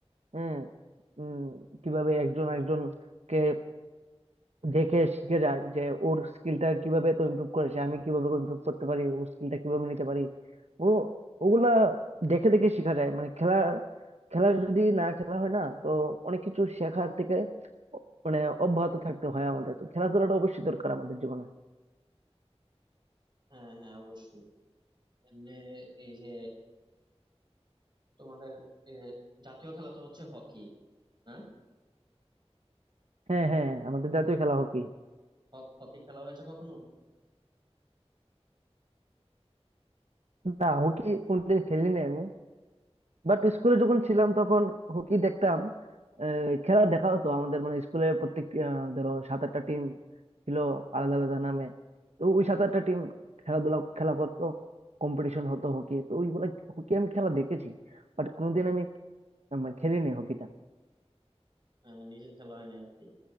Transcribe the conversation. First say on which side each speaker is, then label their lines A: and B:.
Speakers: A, on the right (about 80°); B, on the right (about 45°).
A: হ্যাঁ উম, কিভাবে একজন একজনকে দেখে শিখে যায় যে ওর স্কিলটা কিভাবে তো ইমপ্রুভ করেছে আমি কিভাবে ইমপ্রুভ করতে পারি ওর স্কিলটা কিভাবে নিতে পারি ও ওগুলা দেখে দেখে শেখা যায় মানে খেলা খেলা যদি না খেলা হয় না তো অনেক কিছু শেখার থেকে অ- মানে অব্যাহত থাকতে হয় আমাদের তো খেলাধুলাটা অবশ্যই দরকার আমাদের জীবনে
B: হ্যাঁ হ্যাঁ অবশ্যই এমনি এই যে তোমাদের এ, জাতীয় খেলা তো হচ্ছে হকি হ্যাঁ
A: হ্যাঁ হ্যাঁ হ্যাঁ, আমাদের জাতীয় খেলা হকি
B: হ- হকি খেলা হয়েছে কখনো
A: না হকি কোনদিন খেলিনি আমি বাট স্কুলে যখন ছিলাম তখন হকি দেখতাম আহ, খেলা দেখা হতো আমাদের মানে স্কুলে প্রত্যেক আহ, ধরো সাত আটটা টিম ছিল আলাদা আলাদা নামে তো ওই সাত আটটা টিম খেলাধুলা খেলা করতো কম্পিটিশন হতো হকি তো ওইগুলা হকি আমি খেলা দেখেছি বাট কোনোদিন আমি আহ, মানে খেলিনি হকিটা
B: হ্যাঁ, নিজের খেলা হয়নি আর কি